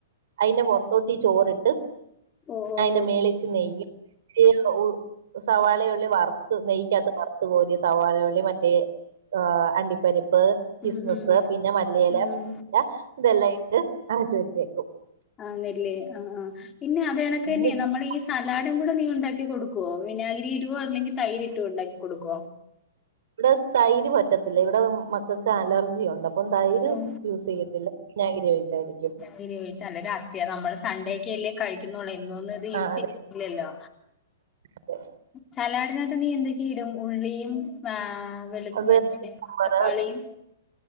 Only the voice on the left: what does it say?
ഓ ഓ
ഓ
ഉം ഉം
ഉം
ഉം.
ആന്നല്ലേ ആഹ് ആഹ് പിന്നെ അത് കണക്ക്
തന്നെ നമ്മള ഈ സലാഡും കൂടെ നീ ഉണ്ടാക്കി കൊടുക്കുവോ വിനഗരി ഇടുവോ അല്ലെങ്കിൽ തൈരി ഇട്ടുവോ ഉണ്ടാക്കി കൊടുക്കുവോ
ഉം
അന ഒഴിച്ച നല്ല അത്യ നമ്മള് സൺഡേക്ക അല്ലേ കഴിക്കുന്നള്ളൂ എന്നൊന്നും ഇത് യൂസ്
ചെയ്യുന്നില്ലല്ലോ
സലാഡിനകത്ത് നീ എന്തൊക്കെയ ഇടും ഉള്ളിയും ആഹ് വെള്ളത്ത
മറ്റേ
തക്കാളിയും